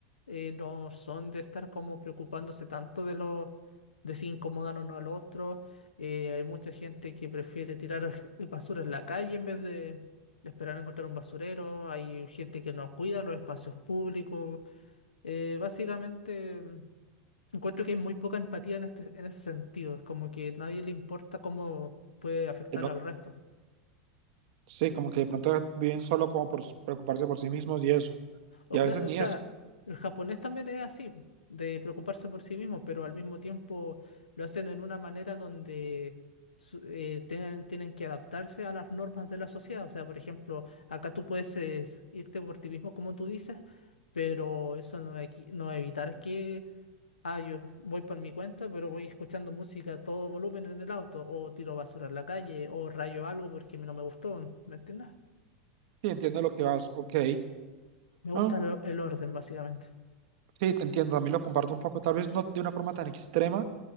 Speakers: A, on the left (about 80°); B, on the right (about 55°).
A: eh, no son de estar como preocupándose tanto de los de si incomodan o no al otro. Eh, hay mucha gente que prefiere tirar <laughs> basura en la calle en vez de esperar a encontrar un basurero. Hay gente que no cuida los espacios públicos. Eh, básicamente, mm, encuentro que hay muy poca empatía en este, en ese sentido. Es como que nadie le importa cómo puede afectar
B: Que no-
A: al resto.
B: sí, como que de pronto viven solo como por preocuparse por sí mismos y eso.
A: O,
B: Y a
A: cla-
B: veces ni
A: o sea,
B: eso.
A: el japonés también es así, de preocuparse por sí mismo, pero al mismo tiempo lo hacen en una manera donde su- eh, tienen, tienen que adaptarse a las normas de la sociedad. O sea, por ejemplo, acá tú puedes eh, irte por ti mismo, como tú dices, pero eso no va a equi- no va a evitar que, ah, yo voy por mi cuenta, pero voy escuchando música a todo volumen en el auto, o tiro basura en la calle, o rayo algo porque no me gustó, ¿me entiendes?
B: Sí, entiendo lo que vas. Ok.
A: Me gusta
B: ah,
A: lo- el orden, básicamente.
B: sí, te entiendo. También lo comparto un poco, tal vez no de una forma tan extrema,